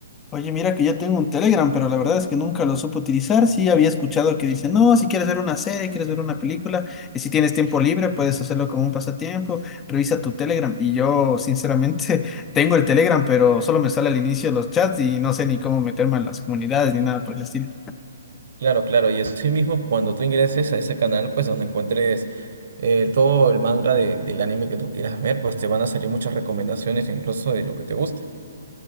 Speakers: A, on the left; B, on the right.
A: Oye, mira que ya tengo un Telegram, pero la verdad es que nunca lo supe utilizar. Sí había escuchado que dice, no, si quieres ver una serie, quieres ver una película, y si tienes tiempo libre, puedes hacerlo como un pasatiempo, revisa tu Telegram. Y yo, sinceramente, <laughs> tengo el Telegram, pero solo me sale al inicio los chats y no sé ni cómo meterme en las comunidades ni nada por el estilo.
B: Claro, claro, y así mismo cuando tú ingreses a ese canal, pues donde encuentres eh, todo el manga de- del anime que tú quieras ver, pues te van a salir muchas recomendaciones incluso de lo que te guste.